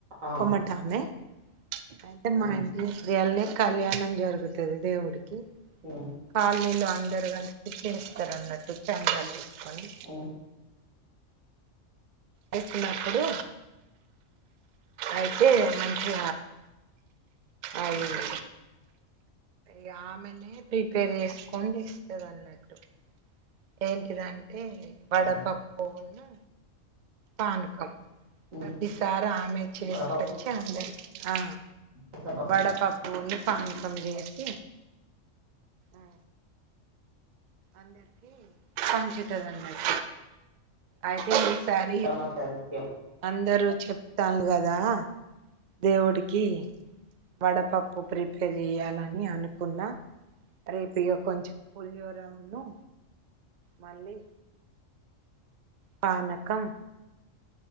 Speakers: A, on the right (about 85°); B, on the right (about 55°).
A: ఆ
B: కొమ్మ టామే అయితే మా
A: ఉమ్
B: ఇంటి త్రీ అల్లె కళ్యాణం జరుగుతుది దేవుడికి
A: ఉమ్
B: కాల్నిలో అందరు క చిక్కెనిస్తారు అన్నట్టు కాందలు వేసుకొని
A: ఉమ్
B: వస్తున్నప్పుడు అయితే మంచిగ అవున మ ఆమెనే ప్రిపేర్ చేస్కోని ఇస్తుంది అన్నట్టు ఏంటిదంటే
A: అవునా
B: వడపప్పు ఆ పానకం
A: ఉమ్
B: ప్రతిసారి ఆమె చేసుకొచ్చి
A: వడపప్పు
B: అందరికి ఆ
A: పెసరపప్పు
B: వడపప్పుని పానకం చేసి అ అందరికి పంచు దనమాట అయితే ఈ సారి
A: శ్రీరామనవమికి అది ముఖ్యం
B: అందరూ చెప్తాను కదా దేవుడికి వడపప్పు ప్రిపేర్ చేయాలని అనుకున్న రేపు ఇక కొంచెం పులిహోర ను మల్లి పనకం